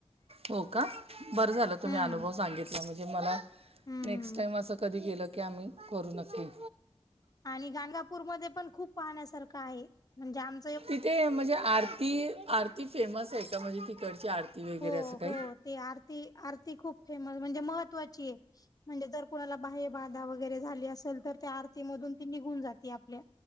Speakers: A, on the right; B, on the left.
A: हो का बरं झालं तुम्ही
B: हम्म.
A: अनुभव सांगितला म्हणजे मला
B: हम्म.
A: नेक्स्ट टाइम असं कधी गेलं की आम्ही करू नक्की.
B: आणि गांगापूरमध्ये पण खूप पाहण्यासारखं आहे म्हणजे आम
A: तिथे म्हणजे आरती आरती फेमस आहे का म्हणजे तिकडची आरती. वगैरे
B: हो
A: असं काही
B: हो ते आरती आरती खूप फेमस म्हणजे महत्त्वाची आहे. म्हणजे जर कोणाला बाहेय बाधा वगैरे झाली असेल तर त्या आरतीमधून ती निघून जाते आपल्या.